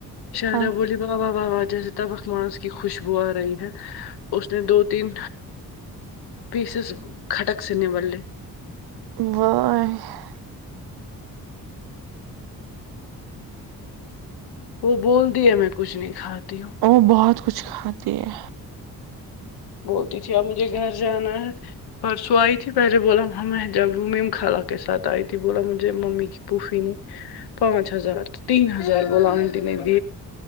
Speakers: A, on the left; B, on the right.
A: شہرا
B: ہاں
A: بولی واہاہ واہاہ جیسے تب اخ ماس کی خوشبو آ رہی ہے اس نے دو تین پیسز کھٹک سے نمل لی
B: <unintelligible>
A: وہ بول دی ہے میں کچھ نہیں کھاتی ہوں
B: وہ بہت کچھ کھاتی ہے
A: بولتی تھی اب مجھے گھر جانا ہے پرسو آئی تھی پہلے بولا ہم جب مم خال کے ساتھ آئی تھی بولا مجھے ممی کی پوفی نے پانچ ہزار تین ہزار بلان د میں د